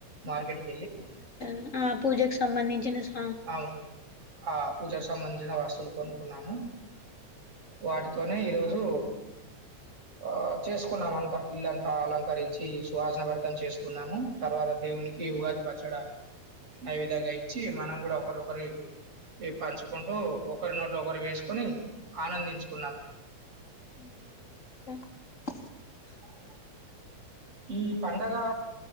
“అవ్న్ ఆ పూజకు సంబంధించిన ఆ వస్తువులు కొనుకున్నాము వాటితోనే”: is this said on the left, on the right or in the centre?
Right